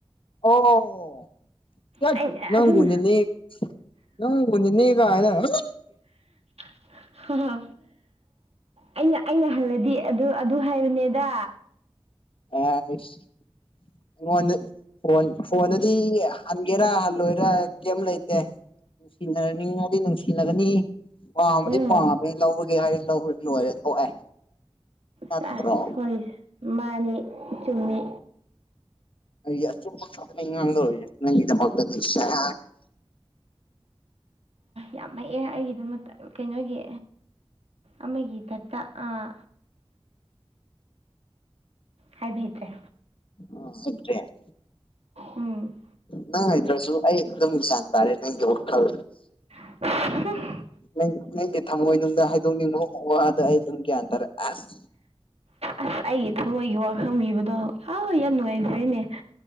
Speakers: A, on the left; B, on the right.
A: ꯑꯣ ꯇꯠ
B: ꯑꯩ
A: ꯅꯪꯕꯨ
B: ꯑꯁꯨꯝ
A: ꯅꯦꯅꯦ ꯅꯪꯕꯨ ꯅꯦꯅꯦ ꯒꯥꯏꯅ ꯇꯠ
B: ꯍꯥ ꯍꯥ ꯑꯩꯅ ꯑꯩꯅ ꯍꯜꯂꯗꯤ ꯑꯗꯨ ꯑꯗꯨ ꯍꯥꯏꯕꯅꯦꯗ
A: <unintelligible> ꯐꯣꯟ ꯐꯣꯟꯗꯗꯤ ꯍꯟꯒꯦꯔꯥ ꯍꯜꯂꯣꯏꯔꯥ ꯀꯌꯦꯝ ꯂꯩꯇꯦ ꯅꯨꯡꯁꯤꯅꯅꯤꯡꯉꯗꯤ ꯅꯨꯡꯁꯤꯅꯒꯅꯤ ꯄꯥꯝꯃꯗꯤ
B: ꯎꯝ
A: ꯄꯥꯝꯃꯦ ꯂꯧꯔꯒꯦ ꯍꯥꯏ ꯂꯧꯔ ꯂꯣꯏꯔꯦ ꯊꯣꯛꯑꯦ ꯅꯠꯇ꯭ꯔꯣ
B: ꯁꯦꯁ ꯋꯔꯤꯁꯦ ꯃꯥꯅꯤ ꯆꯨꯝꯃꯤ
A: ꯑꯩꯗꯤ ꯑꯆꯨꯝ ꯑꯆꯨꯝꯕ ꯉꯥꯡꯗꯧꯔꯤꯁꯤ ꯅꯪꯒꯤꯗꯃꯛꯇꯗꯤ ꯁꯦꯁ
B: ꯌꯥꯝ ꯍꯩꯑ ꯑꯩꯒꯤꯗꯃꯛꯇ ꯀꯩꯅꯣꯒꯤ ꯑꯃꯒꯤ ꯗꯇ ꯑꯥ ꯍꯥꯏꯕꯤꯗ꯭ꯔꯦ
A: ꯑꯥ ꯁꯦꯟꯇꯔꯦꯜ
B: ꯎꯝ
A: ꯅꯪ ꯍꯥꯏꯗ꯭ꯔꯁꯨ ꯑꯩ ꯑꯗꯨꯝ ꯒ꯭ꯌꯟ ꯇꯥꯔꯦ ꯅꯪꯒꯤ ꯋꯥꯈꯜ꯫
B: <unintelligible>
A: ꯅꯪ ꯅꯪꯒꯤ ꯊꯝꯃꯣꯏꯅꯨꯡꯗ ꯍꯥꯏꯗꯣꯛꯅꯤꯡꯕ ꯋꯥꯗ ꯑꯩ ꯑꯗꯨꯝ ꯒ꯭ꯌꯥꯟ ꯇꯥꯔ ꯑꯁ
B: ꯑꯁ ꯑꯩꯒꯤ ꯊꯃꯣꯏꯒꯤ ꯋꯥꯈꯪꯕꯤꯕꯗꯣ ꯑꯥ ꯌꯥꯝ ꯅꯨꯡꯉꯥꯏꯖꯔꯦꯅꯦ꯫